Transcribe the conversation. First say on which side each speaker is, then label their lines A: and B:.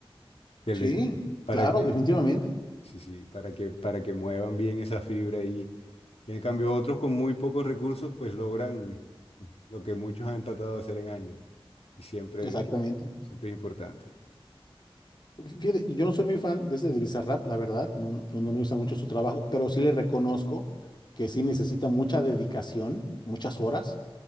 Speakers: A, on the left (about 80°); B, on the left (about 50°).
A: que
B: Sí,
A: le- para
B: claro,
A: que
B: definitivamente,
A: Sí, sí, para que, para que muevan bien esa fibra ahí. Y en cambio, otros con muy pocos recursos, pues logran lo que muchos han tratado de hacer en años. Y siempre,
B: exactamente.
A: siempre es importante.
B: Fíjate, yo no soy muy fan de ese de Bizarrap, la verdad, no, no, no me gusta mucho su trabajo, pero sí le reconozco que sí necesita mucha dedicación, muchas horas